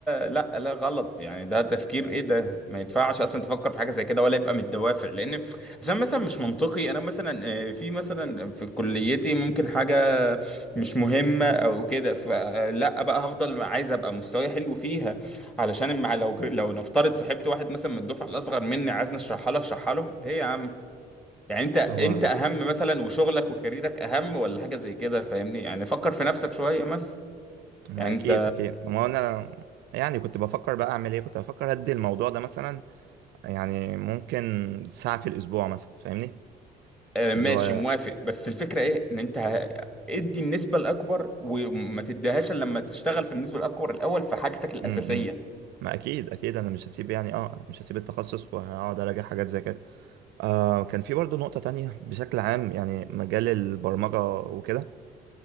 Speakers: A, in the centre; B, on the right (about 80°).
A: لا لا غلط يعني ده تفكير ايه ده ما ينفعش اصلا تفكر في حاجه زي كده ولا يبقى من الدوافع لان عشان مثلا مش منطقي انا مثلا آه، في مثلا في كليتي ممكن حاجه مش مهمه او كده فلا بقى هفضل عايز ابقى مستواي حلو فيها علشان مع لو ج- لو نفترض صاحبت واحد مثلا من الدفعه الاصغر مني عايزني اشرحها له اشرحها له ليه يا عم يعني انت انت
B: هو
A: اهم مثلا وشغلك وكاريرك اهم ولا حاجه زي كده فاهمني يعني فكر في نفسك شويه مثلا
B: ما
A: يعني
B: اكيد
A: انت
B: اكيد ما هو انا يعني كنت بفكر بقى اعمل ايه كنت بفكر ادي الموضوع ده مثلا يعني ممكن ساعة في الاسبوع مثلا فاهمني
A: آه،
B: اللي
A: ماشي
B: هو
A: موافق بس الفكرة ايه ان انت ه- ادي النسبة الاكبر وما تديهاش إلا لما تشتغل في النسبة الاكبر الاول في حاجتك الاساسية
B: امم إمم. ما اكيد اكيد انا مش هسيب يعني اه مش هسيب التخصص وهقعد اراجع حاجات زي كده آه كان في برضه نقطة تانية بشكل عام يعني مجال البرمجة وكده